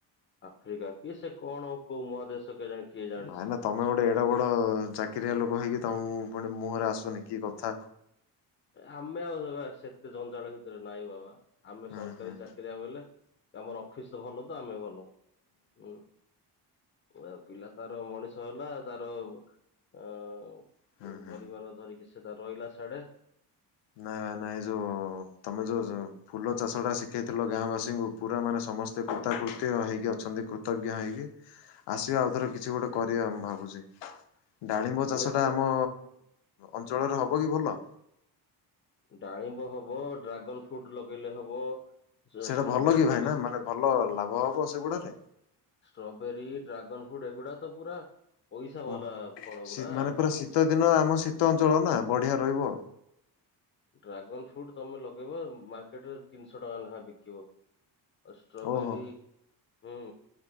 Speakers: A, on the left; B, on the left.
A: ଆଫ୍ରିକା କି ସେ କଣ କୋଉ ମହାଦେଶ କେଜାଣି? କିଏ ଜାଣିଛି।
B: ଭାଇନା ତମେ ଗୋଟେ ଏଡ ବଡ ଚାକିରିଆ ଲୋକ ହେଇକି ତମ ପୁଣି ମୁହଁରେ ଆସୁନି କି କଥା।
A: ଆମେ ଆଉ ସେତେ ଜଞ୍ଜାଳ ଭିତରେ ନାଇଁ ବାବା ଆମେ
B: ହୁଁ
A: ସରକାରୀ
B: ହୁଁ
A: ଚାକିରିଆ
B: ହୁଁ
A: ବଲେ। ଆମର ଅଫିସ୍ ଭଲ ତ ଆମେ ଭଲ ହୁଁ। ଆ ପିଲା ତାର ମଣିଷ ହେଲା ତାର ଅ
B: ହୁଁ ହୁଁ ହୁଁ
A: ପରିବାର ଧରିକି ସେ ତା ରହିଲା ସିଆଡେ।
B: ନାଇଁ ଭାଇନା ଏଇ ଯୋଉ ତମେ ଯୋଉ ଯଉ ଫୁଲ ଚାଷଟା ଶିଖେଇଥିଲ ଗାଁବାସୀଙ୍କୁ ପୁରା ମାନେ ସମସ୍ତେ କୃତାକୃତ୍ୟ ହେଇକି ଅଛନ୍ତି କୃତଜ୍ଞ ହେଇକି। ଆସିବା ଆଉ ଥର କିଛି ଗୋଟେ କରିବା ମୁଁ ଭାବୁଛି। ଡାଳିମ୍ବ
A: ହେଲେ
B: ଚାଷଟା ଆମ ଅଞ୍ଚଳରେ ହବ କି ଭଲ?
A: ଡାଳିମ୍ବ ହବ ଡ୍ରାଗନ ଫ୍ରୁଟ୍ ଲଗେଇଲେ ହବ। ଷ୍ଟ୍ରବେରୀ
B: ସେଇଟା ଭଲ କି
A: ଲଗେଇ
B: ଭାଇନା ମାନେ ଭଲ ଲାଭ ହବ ସେଗୁଡାରେ?
A: ଷ୍ଟ୍ରବେରୀ ଡ୍ରାଗନ୍ ଫ୍ରୁଟ୍ ଏଗୁଡା ତ ପୁରା ପଇସା ବାଲା
B: ଓହୋ।
A: ଫଳ
B: ଶୀ
A: ଗୁଡା।
B: ମାନେ ପୁରା ଶୀତ ଦିନ ଆମ ଶୀତ ଅଞ୍ଚଳ ନା ବଢିଆ ରହିବ।
A: ଡ୍ରାଗନ୍ ଫ୍ରୁଟ୍ ତମେ ଲଗେଇବ ମାର୍କେଟ ରେ ତିନିଶହ ଟଙ୍କା ଲେଖାଏଁ ବିକିବ। ଆ ଷ୍ଟ୍ରବେରୀ
B: ଓହୋ।
A: ହୁଁ।